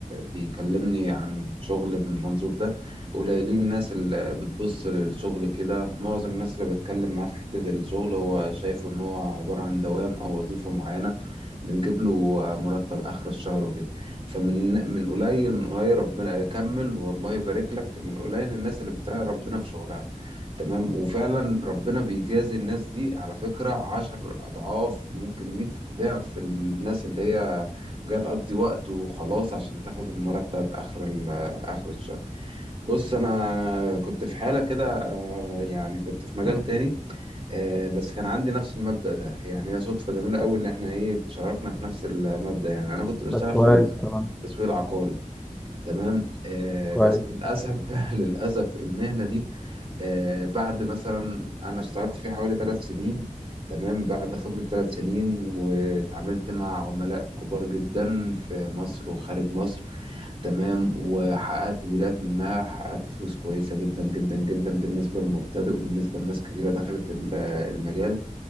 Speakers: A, on the right (about 40°); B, in the centre.
A: بيكلمني عن شغل بالمنظور ده قليلين الناس اللي بتبص للشغل كده معظم الناس اللي بتكلم معاه في حتة الشغل هو شايفه إن هو عبارة عن دوام أو وظيفة معينة بتجيب له مرتب آخر الشهر وكده فمن من قليل من قليل ربنا يكمل والله يبارك لك من قليل الناس اللي بتراعي ربنا في شغلها تمام وفعلا ربنا بيجازي الناس دي على فكرة عشر أضعاف ممكن مية ضعف الناس اللي هي جاية تقضي وقت وخلاص عشان تاخد المرتب آخر ال- آخر الشهر بص أنا كنت في حالة كده آه، يعني كنت في مجال
B: مم.
A: تاني آه، بس كان عندي نفس المبدأ ده يعني هي صدفة جميلة أوي إن إحنا إيه تشاركنا في نفس المبدأ يعني أنا كنت بشتغل
B: طب كويس
A: في ال-
B: كمان
A: في التسويق العقاري تمام آه،
B: كويس
A: بس للأسف <laughs> بقى للأسف المهنة دي آه، بعد مثلا أنا اشتغلت فيه حوالي ثلاث سنين تمام بعد خبرة ثلاث سنين واتعاملت مع عملاء كبار جدا في مصر وخارج مصر تمام وحققت ميلات منها حققت فلوس كويسة جدا جدا جدا بالنسبة للمبتدئ وبالنسبة لناس كثيرة دخلت ال- المجال